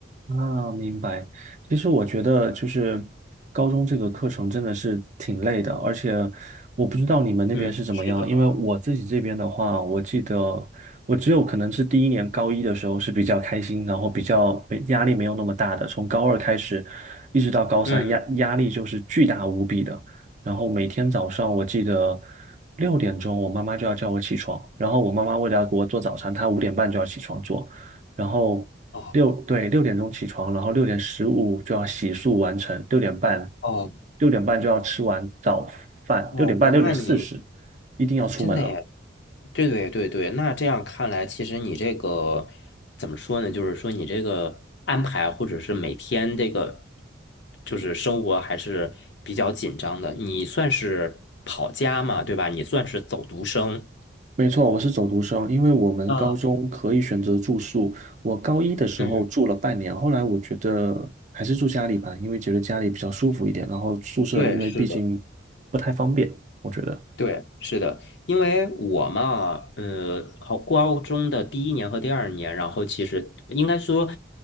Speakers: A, on the right; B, on the left.
A: 啊，明白。其实我觉得就是高中这个课程真的是挺累的，而且我不知道你们那边是怎么样，
B: 嗯，是的，
A: 因为我自己这边的话，我记得我只有可能是第一年高一的时候是比较开心，然后比较没压力没有那么大的，从高二开始一直到高三，
B: 嗯。
A: 压压力就是巨大无比的。然后每天早上我记得六点钟，我妈妈就要叫我起床，然后我妈妈为了要给我做早餐，她五点半就要起床做。然后六，
B: 哦
A: 对，六点钟起床，然后六点十五就要洗漱完成，六点半，
B: 哦
A: 六点半就要吃完早饭，
B: 哦哦，
A: 六点半，六点四十
B: 那你
A: 一定要出门了。
B: 真的耶，对对对对，那这样看来，其实你这个怎么说呢？就是说你这个安排，或者是每天这个就是生活还是比较紧张的。你算是跑家嘛，对吧？你算是走读生。
A: 没错，我是走读生，因为我们高中可以选择住宿。
B: 嗯，
A: 我高一的时候住了半年，
B: 嗯，
A: 后来我觉得还是住家里吧，因为觉得家里比较舒服一点，然后宿舍因为毕竟不太方便，
B: 对，是的。
A: 我觉得。
B: 对，是的，因为我嘛，呃，好，高中的第一年和第二年，然后其实应该说，